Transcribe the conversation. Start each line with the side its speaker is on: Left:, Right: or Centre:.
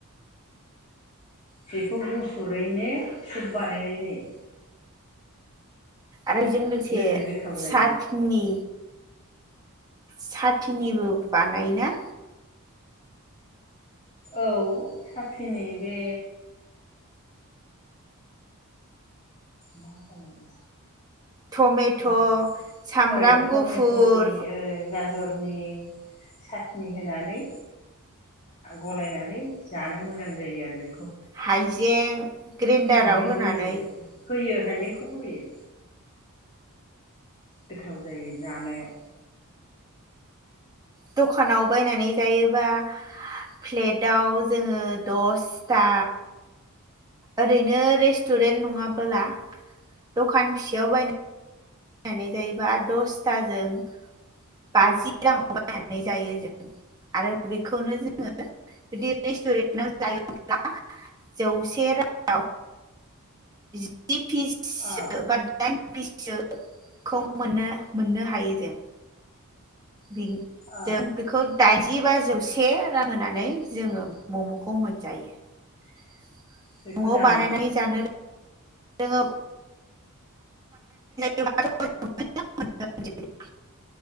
Left: बेखौ गुफुरैनो सुप बानायनाय जायो
Right: आरो बेजों लोगोसे
Left: लोंनो गोथाव जायो
Right: साथिनि साथिनिबो बानायोना
Left: औ साथिनि बे मा खालामनो
Right: टमेट'
Left: साथ'नि <inaudible>
Right: सामब्राम
Left: औ टमेट'नि
Right: गुफुर
Left: ओ गाजरनि सा- नि होनानै गलायनानै जानो मोजां जायो आरो बे
Right: हाइजें ग्रेन्डाराव
Left: हाइजेंबो
Right: होनानै
Left: होयो होयो हाइजेंखौबो होयो गोथाव जायो जानायाव
Right: दखानाव बायनानै जायोबा फ्लेटाव जोङो दसथा ओरैनो रेस्टुरेन्ट नङाबोला दखान फिसायाव बायनानै नानै जायोबा दसथाजों बाजि राङाव बायनानै जायो जों आरो बेखौनो जोङो जुदि रेस्टुरेन्टआव जायोब्ला जौसे राङाव जि फिस
Left: औ
Right: बा दायेन फिससोखौ मोननो हायो जों। बे
Left: औ
Right: बेखौ दाइनजि बा जौसे रां होनानै जोङो मम'खौ मोनजायो। न'आव
Left: बेखौ जानांगौ
Right: बानायनाय जानो रों जोङो <unintelligible>